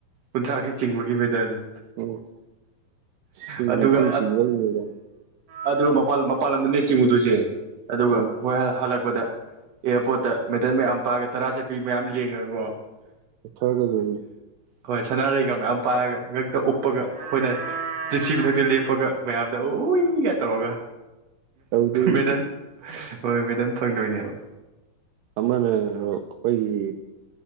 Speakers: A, on the right; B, on the right.
A: ꯀꯨꯟꯊ꯭ꯔꯥꯒꯤ ꯆꯤꯡꯕꯒꯤ ꯃꯦꯗꯜ
B: ꯎꯝ ꯁꯤ
A: ꯑꯗꯨꯒ
B: ꯅꯤꯐꯨ ꯆꯤꯡꯗꯧꯔꯤ ꯃꯦꯗꯥꯝ
A: ꯑꯗꯨꯒ ꯃꯥꯟ ꯃꯄꯥꯟ ꯂꯝꯗꯅꯦ ꯆꯤꯡꯉꯨꯗꯣꯏꯁꯦ ꯑꯗꯨꯒ
B: ꯎꯝ
A: ꯑꯩꯣꯏ ꯍꯜꯂꯛꯄ ꯗ ꯑꯦꯌꯥꯔꯄꯣꯔꯠꯇ ꯃꯦꯗꯜ ꯃꯌꯥꯝ ꯄꯥꯒ ꯇꯔꯥ ꯆꯠꯄꯤ ꯃꯌꯥꯝ ꯂꯦꯡꯉꯒꯀꯣ
B: ꯊꯔꯒ ꯑꯗꯨꯅꯤ
A: ꯍꯣꯏ ꯁꯅꯥꯔꯩꯒ ꯃꯌꯥꯝ ꯄꯥꯏꯔꯒ ꯉꯛꯇ ꯎꯞꯄꯒ ꯑꯩꯈꯣꯏꯅ ꯆꯤꯞꯁꯤ ꯃꯊꯛꯇ ꯂꯦꯞꯄꯒ ꯃꯌꯥꯝꯗ ꯎꯏꯒ ꯇꯧꯔꯒ
B: ꯇꯧꯗꯣꯏꯅꯤ
A: ꯃꯦꯗꯥ ꯍꯣꯏ ꯃꯦꯗꯥꯝ ꯐꯪꯗꯣꯏꯅꯦꯕ
B: ꯑꯃꯅ ꯑꯩꯈꯣꯏꯒꯤ